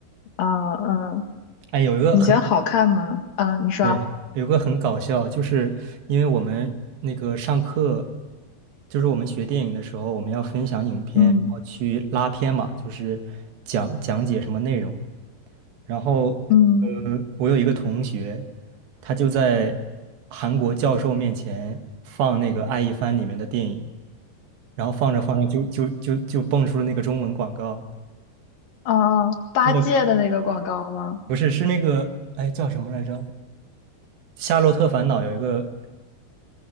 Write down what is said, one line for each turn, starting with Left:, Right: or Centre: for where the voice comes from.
Left: 啊、嗯，
Right: 哎，有一个很。
Left: 你觉得好看吗？嗯，你说，
Right: 对，有个很搞笑，就是因为我们那个上课，就是我们学电影的时候，我们要分享影片，
Left: 嗯
Right: 然后去拉片嘛，就是讲讲解什么内容。然后，
Left: 嗯，
Right: 呃，我有一个同学，他就在韩国教授面前放那个《爱一帆》里面的电影，然后放着放着就就就就蹦出了那个中文广告，
Left: 哦哦，八戒的那个广告吗？
Right: 就是不是是那个哎叫什么来着，《夏洛特烦恼》有一个